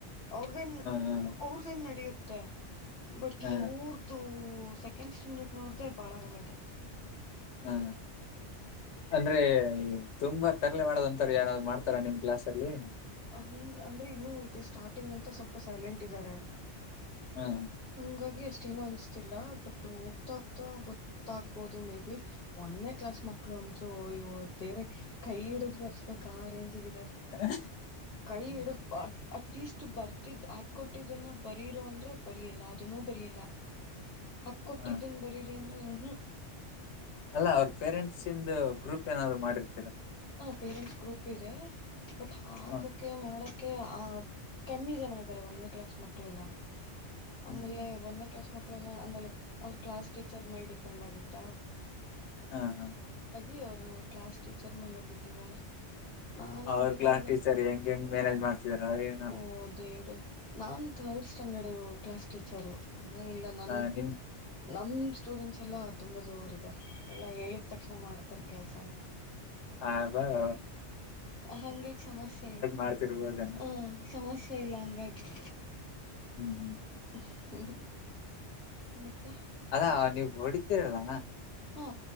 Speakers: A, on the left (about 40°); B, on the left (about 70°).
A: ಅವ್ರದು ಏನ್
B: ಹಾ
A: ಅವ್ರ ಏನ್ ನಡೆಯುತ್ತೆ ಬಟ್
B: ಹಾ
A: ಇವ್ರ್ದು ಓ ಸೆಕೆಂಡ್ ಸ್ಟ್ಯಾಂಡರ್ಡ್ ನೂರ್್ದೇ ಬಾಳ ಗಳ್ಳಾಟೆ
B: ಹೂ ಅಂದ್ರೆ ತುಂಬಾ ತರಲೆ ಮಾಡೋದ ಅಂತಾರ ಯಏಾರಾದ್ ಮಾಡ್ತಾರಾ ನಿಮ್ ಕ್ಲಾಸ್ ಅಲ್ಲಿ
A: ಹಗೆ ಅಂದ್ರೆ ಇನ್ನು ಇದು ಸ್ಟಾರ್ಟಿಂಗ್ ಅಂತ ಸ್ವಲ್ಪ ಸೈಲೆಂಟ್ ಇದ್ದಾರೆ
B: ಹಾ
A: ಹಂಗಾಗಿ ಅಷ್ಟೇನು ಅನ್ಸ್ತಿಲ್ಲ ಬಟ್ ಹೋಗ್ತಾ ಹೋಗತಾ ಗೊತ್ತಾಗ್ಬೋದು ಮೇ ಬಿ ಒಂದೇ ಕ್ಲಾಸ್ ಮಕ್ಳು ಅಂತರು ಇವ ದೇವ್ರೆ ಕೈ ಹಿಡಿದ್ ಬರ್ಸ್ಬೇಕ ಆ ರೇಂಜ್ಿಗೆ
B: ಹ
A: ಕೈ ಹಿಡ ಅಟ್ಲೀಸ್ಟ್ ಬರ್ದಿದ್ದ್ ಹಾಕೊಟ್ಟಿದ್ದನ್ನ ಬರಿೀರೋ ಅಂದ್ರೆ ಬರಿಯಲ್ಲ ಅದುನೂ ಬರಿಯಲ್ಲ ಹಕ್ ಕೊಟ್ಟಿದ್ದನ್
B: ಹಾ
A: ಬರೀರಿ ಅಂದ್ರೆ ನೀ ಹ
B: ಅಲ್ಲ ಅವ್ರ ಪೇರೆಂಟ್ಸ್ ಇಂದ ಗ್ರೂಪ್ ಏನಾದ್ರು ಮಾಡಿರ್
A: ಹ ಪೇರೆಂಟ್ಸ್ ಗ್ರೂಪ್ ಇದೆ ಬಟ್ ಹಾಕಕ
B: ಹಾ
A: ಮಾಡಕ್ ಆ ಕಮ್ಮಿ ಜನ ಇದ್ದಾರೆ ಒಂದೇ ಕ್ಲಾಸ್ ಮಕ್ಕಳೆಲ್ಲ
B: ಹ್ಮ್
A: ಆಮೇಲೆ ಒಂದೇ ಕ್ಲಾಸ್ ಮಕ್ ಮಕ್ಕಳ ಅಂದ್ರ ಅವ್ರ ಕ್ಲಾಸ್ ಟೀಚರ್ ಮೇಲೆ ಡಿಪೆಂಡ್ ಆಗುತ್ತಾ
B: ಹಾ ಹಾ
A: ಈ ಅವ್ರು ಕ್ಲಾಸ್ ಟೀಚರ್ ಮೇಲೆ ಬಿಟ್ಟಿದ್ದಾರೆ ನಾನ್ ಹೆಂಗಿದ್ದಾನ
B: ಅವ್ರ ಕ್ಲಾಸ್ ಟೀಚರ್ ಹೆಂಗ್ ಹೆಂಗ್ ಮ್ಯಾನೇಜ್ ಮಾಡ್ತಿದಾರ ಏನೋ
A: ಓ ದೇವ್ರೆ ನಾನ್ ರ್ಡ್ ಸ್ಟ್ಯಾಂಡರ್ಡ್ ಕ್ಲಾಸ್ ಟೀಚರು ಹ ಇಲ್ಲ ನ
B: ಹಾ ನಿಮ್
A: ನ ಸ್ಟೂಡೆಂಟ್ಸ್ ಎಲ್ಲಾ ತುಂಬಾ ಜೋರ್ ಇದಾರೆ ಎಲ್ಲಾ ಹೇಳಿದ ತಕ್ಷಣ ಮಾಡ್ತಾರೆ ಕೆಲ್ಸನ
B: ಹಾ ಬರ
A: ಹಂಗಾಗಿ ಸಮಸ್ಯೆ
B: ಮಾಡ್ತಿರ್ಬೋದೇನೋ
A: ಹ ಸಮಸ್ಯೆ ಇಲ್ಲ ಹಂಗಾಗಿ ಜ
B: ಹೂ ಹೂ
A: ್ಮ ಹೂ ಮತ್ತೆ
B: ಅಲ್ಲಾ ನೀವು ಹೊಡಿತೀರಲ್ಲ
A: ಹಾ